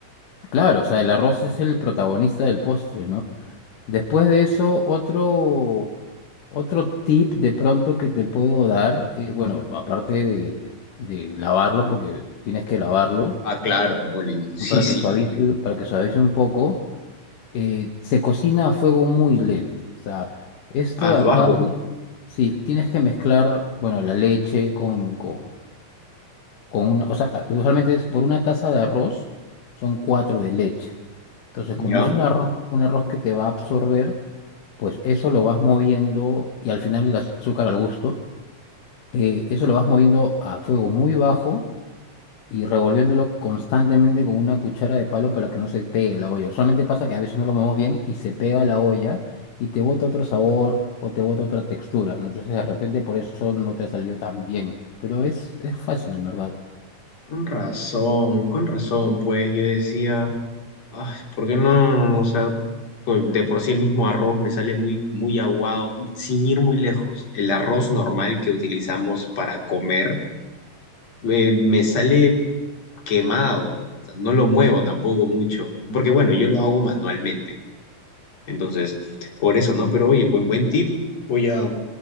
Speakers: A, on the left; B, on the left.
A: Claro, o sea, el arroz es el protagonista del postre, ¿no? Después de eso, otro, otro tip de pronto que te puedo dar, eh, bueno, aparte de, de- lavarlo, porque tienes que lavarlo,
B: Ah, claro, ¿no, Oli? Sí,
A: ¿no? para
B: sí,
A: que suavice,
B: obvio.
A: para que suavice un poco, eh, se cocina a fuego muy lento. O sea, esto
B: Ah,
A: de acá,
B: abajo,
A: sí, tienes que mezclar, bueno, la leche con con con una- o sea, usualmente es por una taza de arroz, son cuatro de leche. Entonces,
B: ¿ya?
A: como es un arroz, un arroz que te va a absorber, pues eso lo vas moviendo y al final el azúcar al gusto, eh, eso lo vas moviendo a fuego muy bajo y revolviéndolo constantemente con una cuchara de palo para que no se pegue la olla. Usualmente pasa que a veces no lo movemos bien y se pega la olla y te bota otro sabor o te bota otra textura, ¿no? Entonces, de repente por eso no te ha salido tan bien. Pero es, es fácil, en verdad.
B: Con razón, con razón, pues yo decía, ay, ¿por qué no? O sea, pues de por sí el mismo arroz me sale muy, muy aguado, sin ir muy lejos. El arroz normal que utilizamos para comer eh, me sale quemado, o sea, no lo muevo tampoco mucho, porque bueno, yo lo hago manualmente. Entonces, por eso, ¿no? Pero oye, buen, buen tip. Voy a,